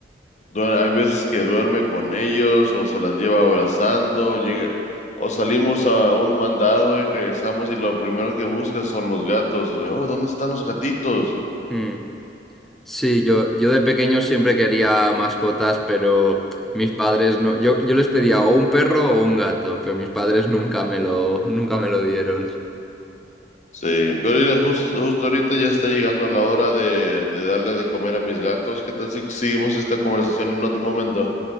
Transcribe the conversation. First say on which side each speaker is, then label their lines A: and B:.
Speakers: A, on the left (about 40°); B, in the centre.
A: Duer- hay veces que duerme con ellos o se las lleva abrazando, llega, o salimos a un mandado y regresamos y lo primero que busca son los gatos. Le, digo, Oh, ¿dónde están los gatitos?
B: Mm, Sí, yo, yo de pequeño siempre quería mascotas, pero mis padres no. Yo, yo les pedía o un perro o un gato, pero mis padres nunca me lo, nunca me lo dieron.
A: Sí, pero mira, jus- justo ahorita ya está llegando la hora de, de darle de comer a mis gatos. ¿Qué tal si seguimos esta conversación en otro momento?